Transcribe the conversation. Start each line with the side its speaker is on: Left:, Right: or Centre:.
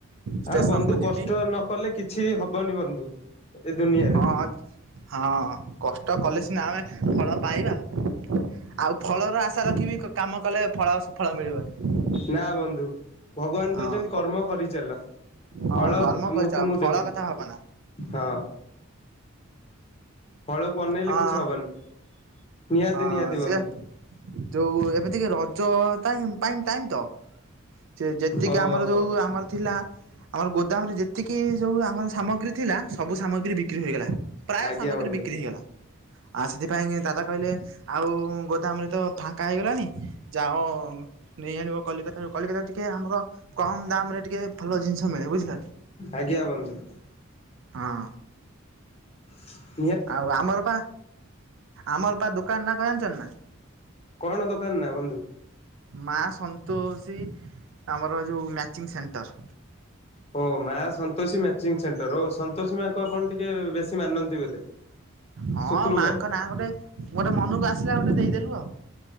Right: ଷ୍ଟେସନକୁ
Left: ଆଉ ବନ୍ଧୁ କଷ୍ଟ
Right: ଯିବି
Left: ନକଲେ କିଛି ହବନି ବନ୍ଧୁ ଏ ଦୁନିଆରେ
Right: ହଁ ହଁ କଷ୍ଟ କଲେ ସିନା ଆମେ ଫଳ ପାଇବା ଆଉ ଫଳର ଆଶା ରଖିବି କାମ କଲେ ଫଳ ଫଳ ମିଳିବନି।
Left: ନା ବନ୍ଧୁ ଭଗବାନ
Right: ହଁ
Left: କହିଛନ୍ତି କର୍ମ
Right: କ
Left: କରିଚାଲ।
Right: ହଁ
Left: ଫଳ
Right: କର୍ମ
Left: ମୁଁ
Right: କରିଚାଲ
Left: ତୁମକୁ
Right: ଫଳ
Left: ଦେବି
Right: କଥା ଭାବନା
Left: ହଁ। ଫଳକୁ ଅନେଇଲେ
Right: ହଁ
Left: କିଛି ହବନି। ନିହାତି
Right: ହଁ
Left: ନିହାତି
Right: ସୀଏ
Left: ବନ୍ଧୁ
Right: ଯେଉ ଏବେ ଟିକେ ରଜ ଟାଇଁ ପାଇଁ ଟାଇମ୍ ତ ସେ ଯେତିକି
Left: ଓହୋ।
Right: ଆମର ଯୋଉ ଆମର ଥିଲା। ଆମର ଗୋଦାମରେ ଯେତିକି ଯୋଉ ଆମର ସାମଗ୍ରୀ ଥିଲା ସବୁ ସାମଗ୍ରୀ ବିକ୍ରି ହୋଇଗଲା। ପ୍ରାୟ
Left: ଆଜ୍ଞା
Right: ସାମଗ୍ରୀ
Left: ବନ୍ଧୁ
Right: ବିକ୍ରି ହେଇଗଲା। ଆଉ ସେଥିପାଇଁ ଦାଦା କହିଲେ ଆଉ ଗୋଦାମରେ ତ ଫାଙ୍କା ହେଇଗଲାଣିି ଯାଅ ନେଇ ଆଣିବ କଲିକତା ରୁ କଲିକତାରୁ ଟିକେ ଆମର କମ୍ ଦାମ୍ ରେ ଟିକେ ଭଲ ଜିନିଷ ମିଳେ ବୁଝିଲ କି
Left: ଆଜ୍ଞା ବନ୍ଧୁ
Right: ହଁ
Left: ହ <inaudible>
Right: ଆଉ ଆମର ପା ଆମର ପା ଦୋକାନ ନା କ ଜାଣିଛନ ନା।
Left: କଣ ଦୋକାନ ନା ବନ୍ଧୁ।
Right: ମା ସନ୍ତୋଷୀ ଆମର ଯଉ ମ୍ୟାଚିଂ ସେଣ୍ଟର୍
Left: ଓ ମା ସନ୍ତୋଷୀ ମ୍ୟାଚିଗଂ ସେଣ୍ଟର ଓ ସନ୍ତୋଷୀ ମାଁ କୁ ଆପଣ ଟିକେ ବେଶୀ ମାନନ୍ତି ବୋଧେ।
Right: ହଁ
Left: ଶୁକ୍ରବାର
Right: ମାଙ୍କ ନାଁ ଗୋଟେ ଗୋଟେ ମନକୁ ଆସିଲା ଗୋଟେ ଦେଇଦେଲୁ ଆଉ।